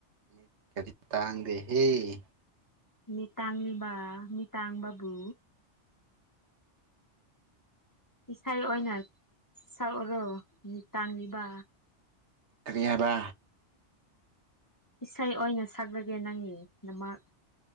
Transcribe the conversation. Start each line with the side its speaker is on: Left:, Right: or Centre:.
Right: ꯃꯤꯠ ꯇꯥꯡꯗꯦꯍꯦ
Left: ꯃꯤ ꯇꯥꯡꯂꯤꯕ ꯃꯤꯠꯇꯥꯡꯕꯕꯨ ꯏꯁꯩ ꯑꯣꯏꯅ ꯁꯛꯎꯔꯣ ꯃꯤꯠ ꯇꯥꯡꯕ
Right: ꯀꯔꯤ ꯍꯥꯏꯕꯥ
Left: ꯏꯁꯩ ꯑꯣꯏꯅ ꯁꯛꯂꯒꯦ ꯅꯪꯒꯤꯗꯃꯛ